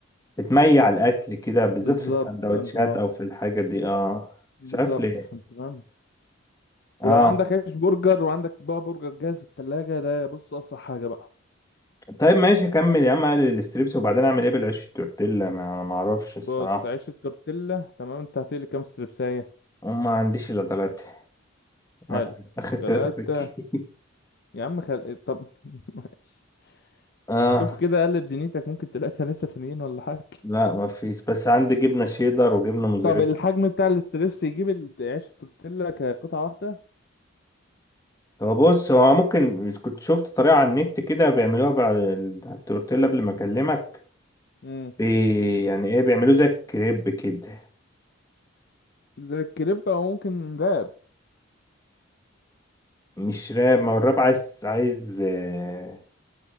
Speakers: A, on the left (about 15°); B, on the left (about 50°).
A: بتميع الاكل كده بالذات
B: بالظبط
A: في السندوتشات
B: انه
A: او في الحاجة دي اه
B: بالظبط
A: مش عارف ليه
B: فانت تمام
A: اه
B: ولو عندك عيش برجر وعندك بقى برجر جاهز في التلاجة ده بص أسرع حاجة بقى
A: طيب ماشي كمل يا عم اقلل الستريبس وبعدين اعمل ايه بالعيش التورتيلا ما انا ما اعرفش الصراحة
B: بص عيش التورتيلا تمام انت هتقلي كام ستربساية
A: وما عنديش الا ثلاثة ما
B: حلو
A: اخر ثلاثة
B: تلاتة
A: في الكيس
B: يا عم خل... طب <laughs> ماشي.
A: <laughs> اه
B: شوف كده قلب دنيتك ممكن تلاقي تلاتة تانيين ولا حاجة
A: لا ما فيش بس عندي جبنه شيدر وجبنه موزاريلا
B: طب الحجم بتاع الستريبس يجيب ال- عيش التورتيلا كقطعة واحدة
A: هو بص هو ممكن كنت شفت طريقه على النت كده بيعملوها بعد التورتيلا قبل ما اكلمك
B: امم
A: بي يعني ايه بيعملوه زي الكريب كده
B: زي الكريب او ممكن راب
A: مش راب ما هو الراب عايز عايز آه،